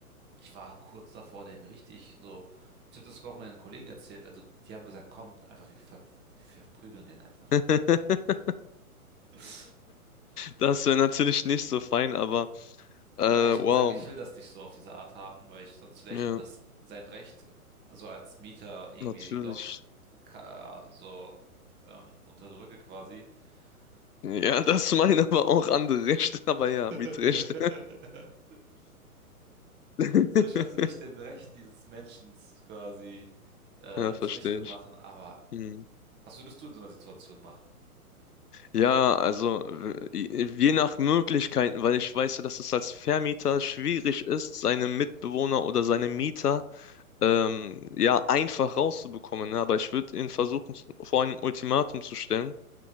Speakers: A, on the right (about 25°); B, on the left (about 80°).
A: ich war kurz davor, den richtig so, ich habe das sogar auch meinen Kollegen erzählt, also die haben gesagt, kommt einfach, wir, ver wir verprügeln den einfach.
B: <laughs>
A: <laughs>
B: Das wäre natürlich nicht so fein, aber äh,
A: Nein,
B: wow,
A: ich habe gesagt, ich will das nicht so auf diese Art haben, weil ich sonst vielleicht
B: ja,
A: in das sein Recht, also als Mieter irgendwie
B: natürlich.
A: doch ka- so ähm, unterdrücke quasi.
B: Ja,
A: Aber Mann,
B: <laughs> das
A: ey.
B: meinen aber auch andere Rechte, <laughs> aber ja,
A: <laughs>
B: Mietrechte. <laughs>
A: So, ich wollte nicht den Recht dieses Menschen quasi äh,
B: Ja, verstehe
A: zunichte machen,
B: ich.
A: aber
B: Hm.
A: was würdest du in so einer Situation machen?
B: Ja, also äh, je nach Möglichkeiten, weil ich weiß ja, dass es als Vermieter schwierig ist, seine Mitbewohner oder seine Mieter ähm, ja einfach rauszubekommen. Ne? Aber ich würde ihn versuchen, zu- vor einem Ultimatum zu stellen,